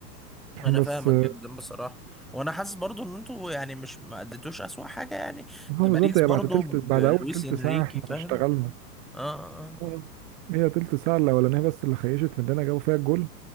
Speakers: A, on the right; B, in the centre.
A: <laughs>
B: انا فاهمك
A: بس آه،
B: جدا بصراحة وانا حاسس برضو ان انتوا يعني مش ما اديتوش اسوأ حاجة يعني
A: هو
B: ده باريس
A: بالظبط هي
B: برضو
A: بعد تلت
B: بلويس
A: بعد اول تلت
B: انريكي
A: ساعه احنا
B: فاهم
A: اشتغلنا
B: اه اه
A: مم.
B: آه.
A: هي تلت ساعة الأولانية بس اللي خيشت مننا جابوا فيها الجول